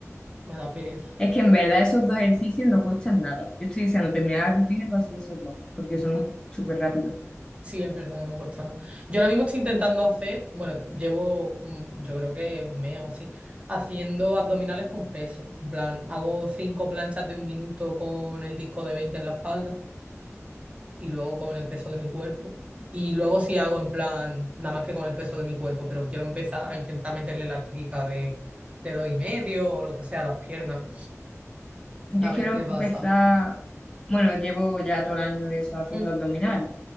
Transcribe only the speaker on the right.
me da pereza.
Mm,
Sí, es verdad que no cuesta nada. Yo ahora mismo estoy intentando hacer, bueno, llevo mm, yo creo que un mes o así, haciendo abdominales con peso. En plan, hago cinco planchas de un minuto con el disco de 20 en la espalda. y luego con el peso de mi cuerpo. Y luego sí hago en plan, nada más que con el peso de mi cuerpo, pero quiero empezar a intentar meterle la típica de, de dos y medio o lo que sea a las piernas,
a ver
qué pasa.
Mm.